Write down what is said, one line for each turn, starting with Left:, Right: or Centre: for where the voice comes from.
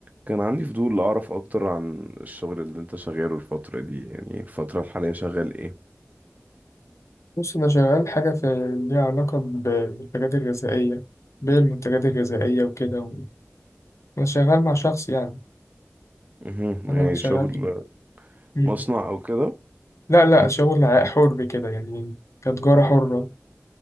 Right: كان عندي فضول أعرف أكتر عن الشغل اللي أنت شغاله الفترة دي يعني الفترة الحالية شغال إيه؟
Left: بص أنا شغال حاجة في ليها علاقة ب- بالمنتجات الغذائية بيع المنتجات الغذائية وكده و... أنا شغال مع شخص يعني
Right: مهم.
Left: أنا
Right: يعني
Left: شغال
Right: شغل
Left: في... مم.
Right: مصنع أو كده
Left: لا لا شغل ع- حر كده يعني كتجارة حرة